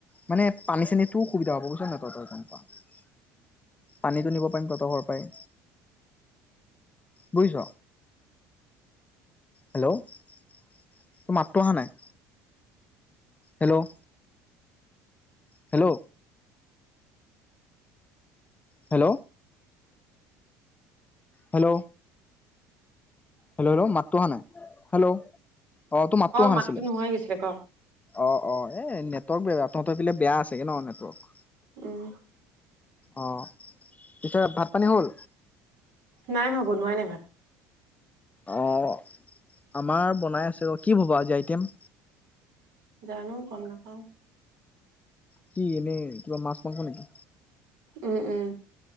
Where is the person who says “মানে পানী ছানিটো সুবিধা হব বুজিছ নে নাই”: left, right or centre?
Left